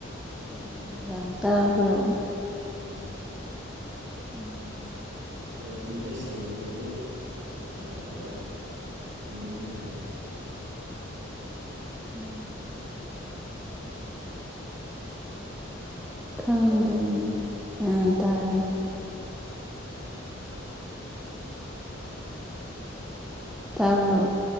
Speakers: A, in the centre; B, on the right.
A: ꯎ ꯌꯥꯝ ꯇꯥꯕ꯭ꯔꯣ
B: ꯎꯝ
A: ꯎꯝ
B: ꯀ꯭ꯋꯥꯂꯤꯇꯤꯗꯣ ꯁꯦꯡꯗ꯭ꯔꯗꯤ ꯌꯥꯗꯦꯕ ꯌꯦꯡꯕ
A: ꯎꯝ
B: ꯅꯨꯡꯉꯥꯏꯇꯦꯕ
A: ꯎꯝ ꯈꯪꯗꯔꯤꯅꯦ
B: ꯇꯥꯕ꯭ꯔꯣ
A: ꯑ
B: ꯎꯝ
A: ꯇꯥꯏ ꯇꯥꯕꯔꯣ